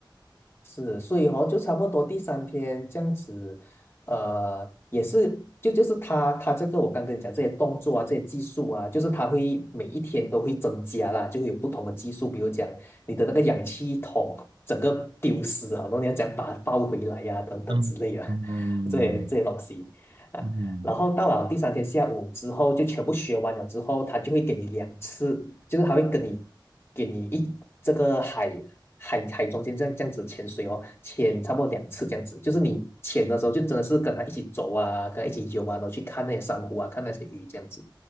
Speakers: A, on the left (about 30°); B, on the right (about 80°).
A: 是，所以哦，就差不多第三天这样子，呃，也是就就是他他这个我刚跟你讲这些动作啊，这些技术啊，就是他会每一天都会增加啦，就会有不同的技术，比如讲你的那个氧气筒整个丢失啊，好多你要讲把它抱回来呀、等等之类的
B: 嗯嗯
A: <laughs> 这些这些东西。啊然后到了第三天下午之后，
B: 嗯，
A: 就全部学完了之后，他就会给你两次，就是他会跟你给你一这个海海海中间这样这样子潜水哦，潜差不多两次这样子，就是你潜的时候就真的是跟他一起走啊，跟他一起游啊，然后去看那些珊瑚啊，看那些鱼这样子，